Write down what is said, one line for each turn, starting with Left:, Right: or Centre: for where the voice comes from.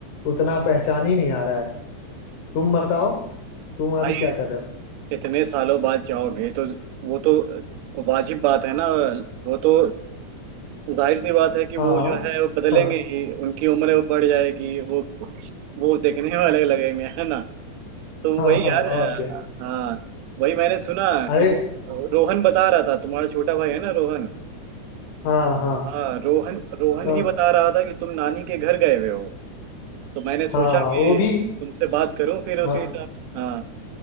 Left: उतना पहचान ही नहीं आ रहा है तुम बताओ तुम
Right: भाई
Left: अभी क्या कर रहे हो
Right: इतने सालों बाद जाओगे तो वो तो वाजिब बात है ना वो तो जाहिर सी बात है कि
Left: हाँ
Right: वो जो है वो बदलेंगे
Left: हाँ
Right: ही उनकी उम्र वो बढ़ जाएगी वो वो देखने में अलग लगेंगे है ना तो
Left: हाँ
Right: वही
Left: हाँ
Right: यार
Left: और क्या
Right: हाँ वही मैंने सुना
Left: अरे
Right: कि वो रोहन बता रहा था तुम्हारा छोटा भाई है ना रोहन
Left: हाँ हाँ
Right: हाँ रोहन रोहन
Left: तो
Right: ही बता रहा था कि तुम नानी के घर गए हुए हो तो मैंने सोचा
Left: हाँ
Right: कि
Left: वो भी
Right: तुमसे बात करूं फिर उसी
Left: हाँ
Right: हिसाब से हाँ